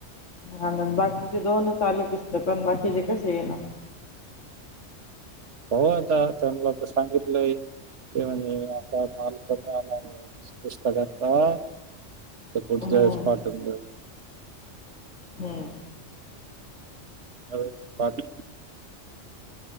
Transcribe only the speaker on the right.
हो आता त्यांला तर सांगितलंय. ते म्हणजे आता माल कमी आला आहे पुस्तकांचा. त पुढच्या
वेळेस पाटल नवीन
नवीन पाट